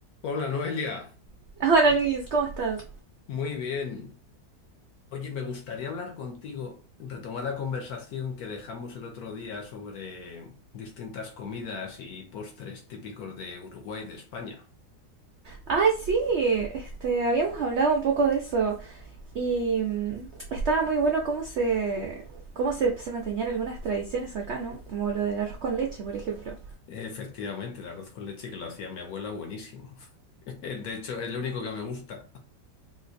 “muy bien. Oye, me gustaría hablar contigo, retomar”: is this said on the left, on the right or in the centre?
Left